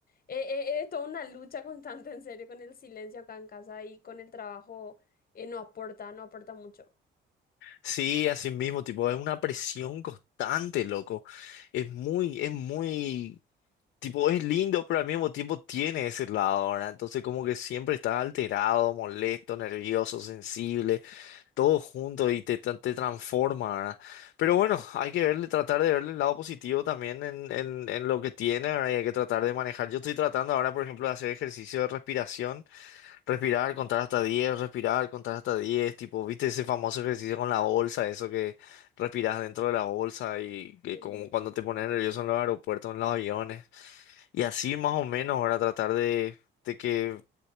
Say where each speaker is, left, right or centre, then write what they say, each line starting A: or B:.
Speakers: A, on the left; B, on the left.
A: eh, eh, es toda una lucha <laughs> constante, en serio, con el silencio acá en casa y con el trabajo, eh, no aporta, no aporta mucho.
B: Sí, así mismo, tipo, es una presión constante, loco. Es muy, es muy tipo, es lindo, pero al mismo tiempo tiene ese lado, ¿verdad? Entonces como que siempre estás alterado, molesto, nervioso, sensible, todo junto y te, tra- te transforma, ¿verdad? Pero bueno, hay que verle, tratar de verle el lado positivo también en, en, en lo que tiene, ¿verdad? Y hay que tratar de manejar. Yo estoy tratando ahora, por ejemplo, de hacer ejercicio de respiración, respirar, contar hasta 10, respirar, contar hasta 10. tipo, ¿viste ese famoso ejercicio con la bolsa, eso que respiras dentro de la bolsa y que
A: Sí.
B: como cuando te pones nervioso en los aeropuertos, en los aviones? Y así más o menos, ahora tratar de, de que